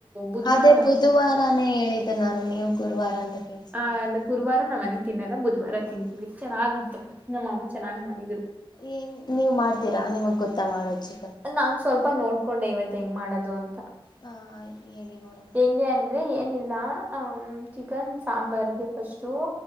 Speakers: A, on the right; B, on the left.
A: ಬುಧವಾರ
B: ಅದೇ ಬುಧವಾರನೇ ಹೇಳಿದ್ದು ನಾನ್ ಏನ್ ಗುರುವಾರ ಅಂತ ಕೇಳಿಸ್ಕೊಂಡ್ರೆ
A: ಆ ಅಲ್ಲ ಗುರುವಾರ ನಮ್ ಮನೆಲೀ ತಿನ್ನಲ್ಲ ಬುಧವಾರ
B: ಹೌದು
A: ತಿಂತೀವಿ ಚೆನ್ನಾಗಿತ್ತು ನಮ್ಮ ಅಮ್ಮ ಚೆನ್ನಾಗ್ ಮಾಡಿದ್ರು
B: ಏಂಗ್ ನೀವ್ ಮಾಡ್ತೀರಾ ನಿಮಗ್ ಗೊತ್ತಾ ಮಾಡೋದು ಚಿ
A: ನಂಗ್ ಸ್ವಲ್ಪ ನೋಡ್ಕೊಂಡೆ ಇವತ್ ಹೆಂಗ್ ಮಾಡೋದು ಅಂತ
B: ಹ ಹೇಳಿ ನೋಡ
A: ಹೆಂಗೆ ಅಂದ್ರೆ ಏನಿಲ್ಲ ಹ ಚಿಕನ್ ಸಾಂಬಾರ್ಗೆ ಫಸ್ಟು